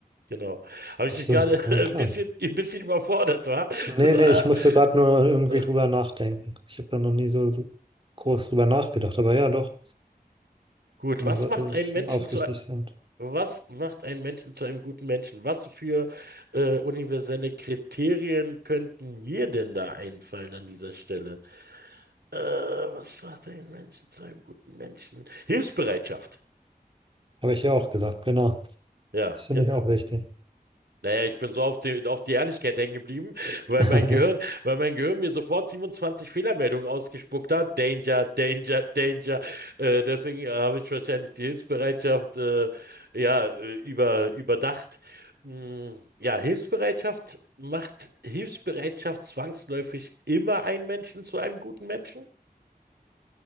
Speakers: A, on the right; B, on the right.
A: Genau. Habe
B: Bist
A: ich dich gerade
B: du,
A: <laughs>
B: aber
A: ein
B: klar.
A: bisschen, ein bisschen überfordert, war? <laughs>
B: Nee,
A: So,
B: nee,
A: äh,
B: ich musste gerade nur irgendwie
A: äh,
B: drüber nachdenken. Ich habe da noch nie so dr- groß drüber nachgedacht, aber ja, doch,
A: gut,
B: man
A: was
B: sollte
A: macht einen
B: schon
A: Menschen
B: aufrichtig
A: zu
B: sein.
A: Was macht einen Menschen zu einem guten Menschen? Was für äh, universelle Kriterien könnten mir denn da einfallen an dieser Stelle? Äh, was macht einen Menschen zu einem guten Menschen? Hilfsbereitschaft.
B: Habe ich ja auch gesagt, genau.
A: Ja,
B: Das finde
A: ge-
B: ich
A: äh,
B: auch wichtig.
A: Naja, ich bin so auf die, auf die Ehrlichkeit hängen geblieben, weil
B: <laughs>
A: mein Gehirn, weil mein Gehirn mir sofort 27 Fehlermeldungen ausgespuckt hat. Danger, Danger, Danger. Äh, deswegen äh, habe ich wahrscheinlich die Hilfsbereitschaft äh, ja, äh, über, überdacht. Mm, ja, Hilfsbereitschaft macht Hilfsbereitschaft zwangsläufig immer einen Menschen zu einem guten Menschen?